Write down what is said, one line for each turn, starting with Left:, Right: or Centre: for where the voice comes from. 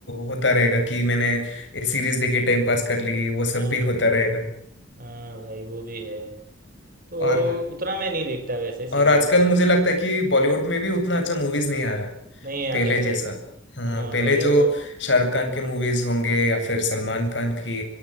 Left: होता रहेगा कि मैंने ये सीरीज देखी टाइम पास कर ली वो सब
Right: हाँ
Left: भी होता
Right: भाई
Left: रहेगा
Right: हाँ भाई वो भी है तो
Left: और
Right: उतना मैं नहीं देखता वैसे सीरीज
Left: और आजकल
Right: अभी
Left: मुझे लगता है कि बॉलीवुड में भी उतना अच्छा मूवीज नहीं आ रहा
Right: नहीं आते
Left: पहले
Right: भाई
Left: जैसा हाँ
Right: हाँ
Left: पहले
Right: भाई
Left: जो
Right: अब
Left: शाहरुख खान के मूवीज होंगे या फिर सलमान खान की